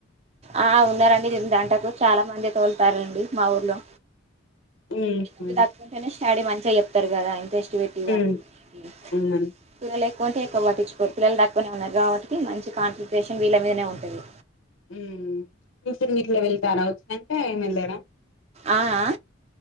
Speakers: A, on the right; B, on the left.
A: ఆ ఉన్నారండి దీన్ దాంటకు చాలా మందే తోలుతారండి మా ఊర్లో
B: మ్హ్
A: సీ దక్కుంటేనే స్టడీ మంచిగా చెప్తారు కదా ఇంట్రెస్ట్ వెట్టి వాల్
B: మ్
A: ని
B: అవునండి
A: పిల్లలు ఎక్కుంటే ఎకువ పటిచ్చుకోరు పిలల్ దక్కువనే ఉన్నారు గావటికి మంచి కాన్సన్ంట్రేషన్ వీళ మీదనే ఉంటది
B: ఊమ్ ట్యూషన్ గిట్లా వెళ్తారా ఒచ్చినంక ఏం ఎళ్లారా
A: ఆ అ